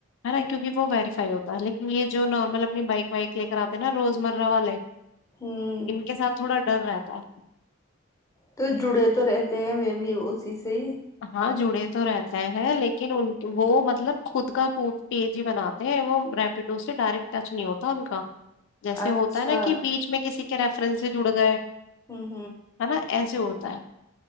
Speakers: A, on the left; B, on the left.
A: ہے نا کیونکہ وہ ویریفائی ہوتا ہے لیکن یہ جو نارمل اپنی بائک وائک لے کر آتے ہیں نا روزمرہ والے
B: ہوں
A: <unintelligible> ان کے ساتھ تھوڑا ڈر رہتا ت <unintelligible>
B: تو جڑے تو رہتے ہیں میں بھی اسی سے ہی
A: ہاں جو <unintelligible> ڑے تو رہتے ہیں لیکن وہ مطلب خود کا پ پی جی بناتے ہیں وہ ریپڈو سے ڈائریکٹ ٹچ نہیں ہوتا ان کا <unintelligible> جیسے
B: اچھا
A: ہوتا ہے نا کہ بیچ میں کسی کے ریفرنس سے جڑ گئے ہے <unintelligible>
B: ہوں
A: ہے نا ایسے <unintelligible> سائے <unintelligible>